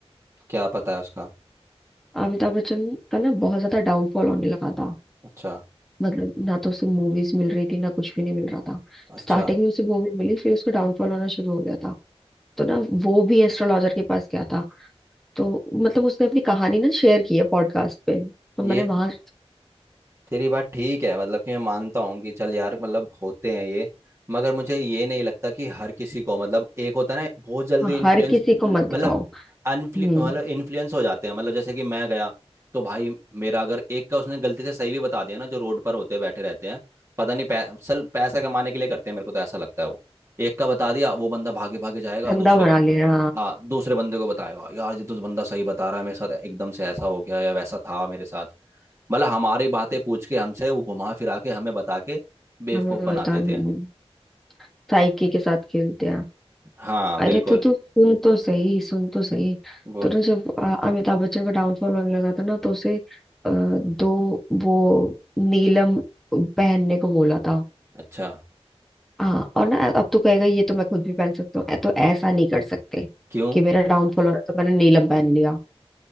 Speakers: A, on the right; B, in the centre.
A: क्या पता है उसका
B: अमिताभ बच्चन का ना बहुत ज्यादा डाउनफॉल होने लगा था
A: अच्छा
B: मतलब ना तो उसे मूवीज मिल रही थी ना कुछ भी नहीं मिल रहा था
A: अच्छा
B: स्टार्टिंग में उसे मूवी मिली फिर उसका डाउनफॉल होना शुरू हो गया था तो ना वो भी एस्ट्रोलॉजर के पास गया था तो मतलब उसने अपनी कहानी ना शेयर की है पॉडकास्ट पे तो
A: ये
B: मैंने वहां
A: तेरी बात ठीक है मतलब कि मैं मानता हूँ कि चल यार मतलब होते हैं ये मगर मुझे ये नहीं लगता कि हर किसी को मतलब एक होता है ना बहुत जल्दी इन्फ्लुएंस
B: हर किसी को मत दिखाओ
A: मतलब अनफ्लु
B: हम्म
A: मतलब इन्फ्लुएंस हो जाते हैं मतलब जैसे कि मैं गया तो भाई मेरा अगर एक का उसने गलती से सही भी बता दिया ना जो रोड पर होते बैठे रहते हैं पता नहीं पै, सल पैसा कमाने के लिए करते हैं मेरे को तो ऐसा लगता है वो एक का बता दिया वो बंदा भागे भागे जाएगा
B: धंधा
A: दूसरे
B: बना
A: बंद
B: लेना
A: हाँ दूसरे बंदे को बताएगा यार ये तो बंदा सही बता रहा है मेरे साथ एकदम से ऐसा हो गया या वैसा था मेरे साथ मतलब हमारी बातें पूछ के हमसे वो घुमा फिरा के हमें बता के बेवकूफ
B: हमें
A: बना
B: बता
A: देते
B: हम्म,
A: हैं
B: साइकी के साथ खेलते हैं
A: हाँ
B: अरे
A: बिल्कुल
B: तो तू सुन तो सही सुन तो सही
A: बोल
B: तो ना जब अ, अमिताभ बच्चन का डाउनफॉल होने लगा था ना तो उसे अ, दो वो नीलम पहनने को बोला था
A: अच्छा
B: हाँ और ना अब तो कहेगा ये तो मैं खुद भी पहन सकता हूँ ऐ- तो ऐसा नहीं कर सकते
A: क्यों
B: कि मेरा डाउनफॉल हो रहा है, तो मैंने नीलम पहन लिया